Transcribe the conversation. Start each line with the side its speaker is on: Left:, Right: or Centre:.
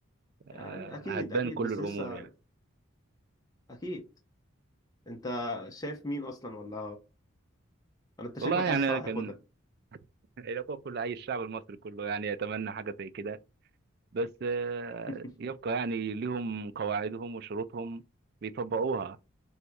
Right: آه،
Left: يعني اكيد
Right: هتبان
Left: اكيد
Right: كل
Left: بس
Right: الأمور
Left: لسه
Right: يعني
Left: اكيد انت شايف مين اصلا ولا انا انت شكلك
Right: والله يعني
Left: عايز صلاح
Right: كان
Left: ياخدها
Right: يبقى كل أي الشعب المصري كله يعني يتمنى حاجة زي كده بس آه،
Left: <laughs>
Right: يبقى يعني ليهم قواعدهم وشروطهم بيطبقوها